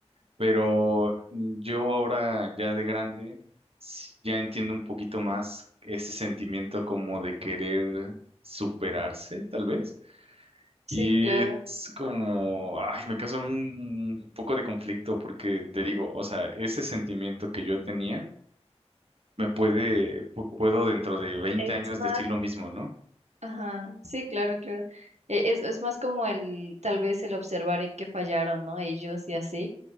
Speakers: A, on the right; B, on the right.
A: Pero yo ahora ya de grande sí, ya entiendo un poquito más ese sentimiento como de querer superarse, tal vez.
B: Sí,
A: Y
B: claro.
A: es como, ay, me causa un un poco de conflicto porque te digo, o sea, ese sentimiento que yo tenía me puede, pu- puedo dentro de 20
B: Es
A: años
B: más.
A: decir lo mismo, ¿no?
B: Ajá, sí, claro, claro. E- Es, es más como el, tal vez el observar en qué fallaron, ¿no? Ellos y así.